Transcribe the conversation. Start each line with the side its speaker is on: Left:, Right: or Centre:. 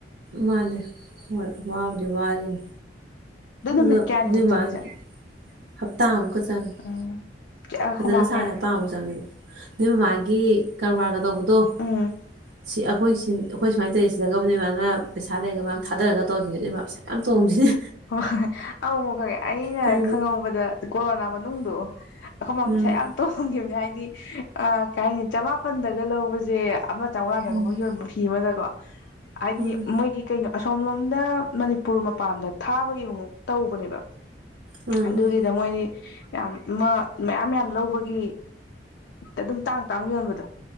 Right: ꯃꯥꯅꯦ ꯍꯣꯏ ꯋꯥꯕꯨꯗꯤ ꯋꯥꯔꯤꯅꯦ
Left: ꯑꯗꯨ
Right: ꯑꯗꯣ
Left: ꯅꯨꯃꯤꯠ ꯀꯌꯥꯅꯤꯃꯨꯛ
Right: ꯅꯣꯏ
Left: ꯆꯪꯒꯤꯖꯦ
Right: ꯃꯥꯒꯤ ꯍꯞꯇꯥ ꯑꯃꯨꯛꯀ ꯆꯪꯉꯦ
Left: ꯎꯝ
Right: ꯐꯖꯅ
Left: ꯈꯣꯃꯥꯈꯩ
Right: ꯁꯥꯔꯥ ꯍꯥꯞꯇꯥ ꯃꯨꯛ ꯆꯪꯉꯦ ꯅꯣꯏ ꯃꯃꯥꯒꯤ ꯒꯤ ꯀꯔꯕꯥꯔꯒ ꯇꯧꯕ ꯗꯣ
Left: ꯎꯝ
Right: ꯁꯤ ꯑꯩꯈꯣꯏ ꯁꯤ ꯑꯩꯈꯣꯏ ꯁꯨꯃꯥꯏꯅ ꯇꯧꯔꯤ ꯁꯤꯗꯒꯕꯅꯦ ꯅꯣꯏꯃꯥꯅ ꯄꯩꯁꯥ ꯂꯩꯒ ꯃꯌꯥꯝ ꯊꯥꯗꯔꯒ ꯇꯧꯔꯗꯤꯅꯦ ꯅꯣꯏꯃꯥ ꯄꯩꯁꯥ ꯃꯌꯥꯝ ꯇꯣꯡꯗꯣꯏꯅꯦ
Left: ꯍꯣꯏ ꯍꯣꯏ ꯑꯃꯨꯛ ꯑꯩꯅ
Right: ꯍꯥꯏꯗꯤ
Left: ꯈꯪꯍꯧꯕꯗ ꯀꯣꯔꯣꯅꯥ ꯃꯅꯨꯡꯗꯣ ꯑꯩꯈꯣꯏ ꯃꯥ
Right: ꯎꯝ
Left: ꯄꯩꯁꯥ ꯌꯥꯝꯅ ꯇꯣꯡꯉꯦ ꯍꯥꯏꯗꯤ ꯀꯩ ꯍꯥꯏꯅꯤ ꯆꯃꯥꯄꯟꯗꯒ ꯂꯧꯕꯁꯦ ꯑꯃ ꯆꯧꯉꯥꯗꯒ
Right: ꯎꯝ
Left: ꯃ‌ꯦꯏ ꯌꯣꯟꯕ ꯐꯤ ꯑꯃꯗꯒꯣ ꯍꯥꯏꯗꯤ
Right: ꯎꯝ
Left: ꯃꯣꯏꯒꯤ ꯀꯩꯅꯣ ꯑꯁꯣꯝꯂꯣꯝꯗ ꯃꯅꯤꯄꯨꯔ ꯃꯄꯥꯟꯗ ꯊꯥꯕꯒꯤ ꯑꯃꯨꯨꯛ ꯇꯧꯕꯅꯦꯕ
Right: ꯎꯝ
Left: ꯑꯗꯨꯒꯤꯗ
Right: ꯎꯝ
Left: ꯃꯣꯏꯗꯤ ꯌꯥꯝ ꯑꯃ ꯃꯌꯥꯝ ꯃꯌꯥꯝ ꯂꯧꯕꯒꯤ ꯑꯗꯨꯝ ꯇꯥꯡ ꯇꯥꯡ ꯌꯣꯟꯕꯗꯣ